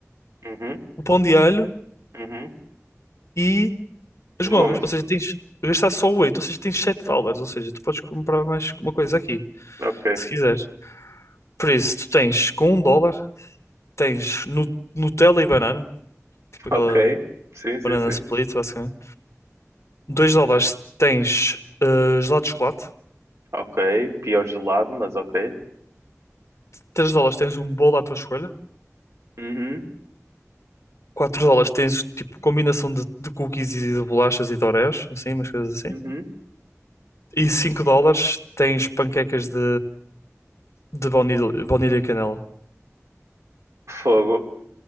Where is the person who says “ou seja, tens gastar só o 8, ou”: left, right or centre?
Left